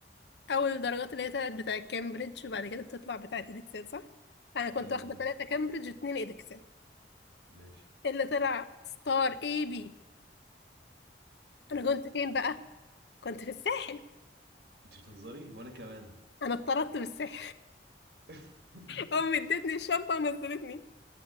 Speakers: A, on the left; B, on the right.
A: اول الدرجات اللي هي تلات بتاع كامبريدج وبعد كده بتطلع بتاعه ادكسل صح انا كنت
B: امم
A: واخده ثلاثه كامبريدج واتنين ادكسل
B: ماشي
A: اللي طلع ستار اي بي
B: ايه
A: انا
B: ده
A: كنت فين بقى كنت في الساحل
B: انت بتهزري وانا كمان
A: انا اتطردت بالساحل
B: <laughs>
A: <laughs> امي ادتني الشنطه ونزلتني